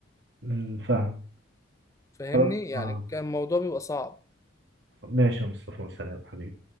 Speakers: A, on the right; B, on the left.
A: امم فاهم
B: فاهمني
A: خلاص
B: يعني
A: اه
B: كان الموضوع بيبقى صعب
A: ماشي يا مصطفى سلام حبيبي